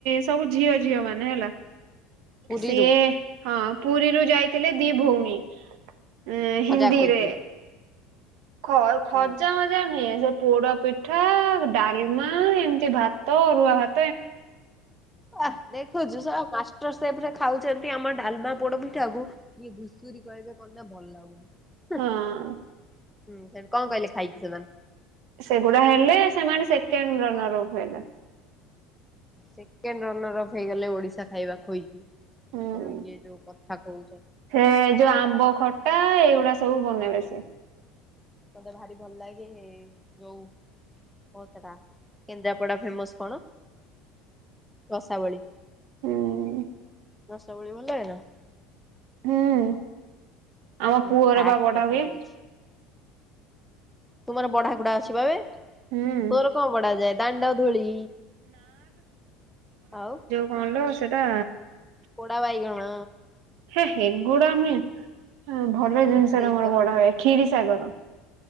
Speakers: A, on the right; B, in the centre.
A: ସବୁ ଝିଅ ଝିଅ ମାନେ ହେଲା।
B: ପୁରୀରୁ
A: ସିଏ ହଁ ପୁରୀରୁ ଯାଇଥିଲେ ଦି ଭଉଣୀ। ହଁ
B: ଖଜା
A: ହିନ୍ଦୀରେ।
B: ଖୋଇଥିବେ
A: ଖ ଖର୍ଜା
B: ହୁଁ।
A: ମଜା ନୁହେଁ <unintelligible> ପୋଡା ପିଠା ଡାଲମା ଏମିତି ଭାତ ଅରୁଆ ଭା
B: ଆଁ ଦେଖୁଛୁ ଶଳା ମାସ ରେ ଖାଉଛନ୍ତି ଆମ ଡାଲମା ପୋଡ ପିଠା କୁ <inaudible> ଠି କଣ କହିଲେ
A: ହଁ
B: ଖାଇକି ସେମାନେ?
A: ସେଗୁଡା ହେଲେ ସେମାନେ ସେକେଣ୍ଡ ରନର୍ ଉଠେଇଲା।
B: ସେକେଣ୍ଡ ରନର ଅଫ ହେଇଗଲେ ଓଡିଶା ଖାଇବା ଖୋଇକି
A: ହୁଁ
B: ଆଉ ଇଏ ଯୋଉ ତାଙ୍କୁ
A: ସେ ଯୋଉ ଆମ୍ବ ଖଟା ଏଇଗୁଡା ସବୁ ବନେଇବେ ସେ।
B: ମତେ ଭାରି ଭଲ ଲାଗେ ଯୋଉ ହ ସେଟା କେନ୍ଦ୍ରାପଡା ଫେମସ କଣ? ରଷାବଳି।
A: ହୁଁ
B: ରସାବଳି ଭଲ ଲାଗିଲା?
A: ହୁଁ ହୁଁ। ଆମ ପୁଅର
B: ମୁଁ ଫ୍ୟାକ୍ଟ
A: ବା ବଢା
B: କଥା
A: ହୁଏ।
B: କହୁଛି। ତୁମର ବଢା କୁଡା <unintelligible> ତୋର
A: ହୁଁ
B: କଣ ବଢାଯାଏ ଦାଣ୍ଡ ଧୂଳି ଆଉ।
A: କଣଲୋ ସେଇଟା
B: ପୋଡ଼ା ବାଇଗଣ।
A: ହେ ସେଗୁଡା ନୁହେଁ, ଭଲ
B: ଟିକି
A: ଜିନିଷଟା
B: ଦେଇଙ୍କର
A: ଆମର ବଢା ହୁଏ ଖରି ସାଗର।